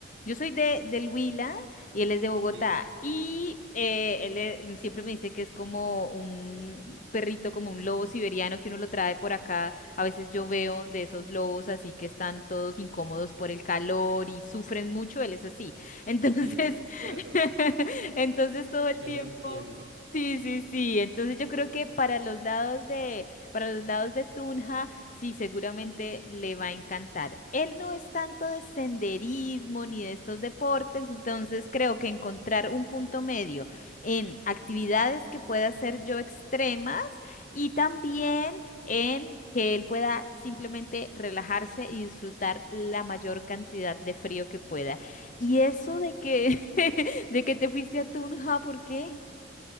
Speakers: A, on the left (about 40°); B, on the right (about 70°).
A: Yo soy de, del Huila y él es de Bogotá.
B: Sí,
A: Y eh, él eh, siempre me dice que es como un perrito, como un lobo siberiano que uno lo trae por acá. A veces yo veo de esos lobos así que están todos incómodos por el calor y sufren mucho. Él es así. Entonces,
B: sí, sí, claro,
A: <laughs> entonces todo el
B: yo
A: tiempo.
B: lo entiendo.
A: Sí, sí, sí. Entonces yo creo que para los lados de, para los lados de Tunja, sí, seguramente le va a encantar. Él no es tanto de senderismo ni de estos deportes, entonces creo que encontrar un punto medio en actividades que pueda hacer yo extremas y también en que él pueda simplemente relajarse y disfrutar la mayor cantidad de frío que pueda. Y eso de que, <laughs> de que te fuiste a Tunja, ¿por qué?